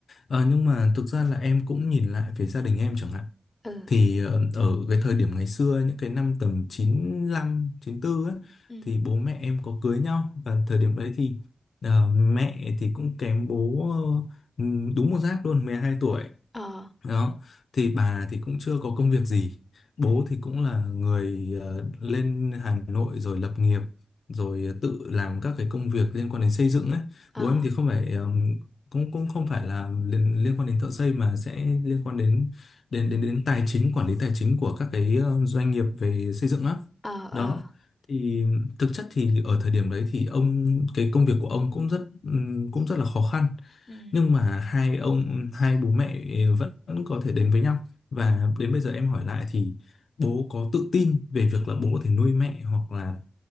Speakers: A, on the left; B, on the left.
A: Ờ, nhưng mà thực ra là em cũng nhìn lại về gia đình em chẳng hạn
B: ừ
A: thì ờ, ở cái thời điểm ngày xưa những cái năm tầm chín lăm, chín tư ấy,
B: ừ
A: thì bố mẹ em có cưới nhau và thời điểm đấy thì ờ, mẹ thì cũng kém bố ờ, đúng một giáp luôn 12 tuổi
B: ờ
A: đó thì bà thì cũng chưa có công việc gì bố
B: ừ.
A: thì cũng là người ờ, lên Hà Nội rồi lập nghiệp rồi ờ, tự làm các cái công việc liên quan đến xây dựng ấy
B: ờ
A: bố em thì không phải ờm, cũng cũng không phải là liên, liên quan đến thợ xây mà sẽ liên quan đến đến đến đến tài chính quản lý tài chính của các cái ờ, doanh nghiệp về xây dựng á
B: ờ
A: đó
B: ờ
A: thì thực chất thì ở thời điểm đấy thì ông cái công việc của ông cũng rất ừm, cũng rất là khó khăn
B: ừ
A: nhưng mà hai ông hai bố mẹ vẫn, vẫn có thể đến với nhau và
B: ừ
A: đến bây giờ em hỏi lại thì bố có tự tin về việc là bố có thể nuôi mẹ hoặc là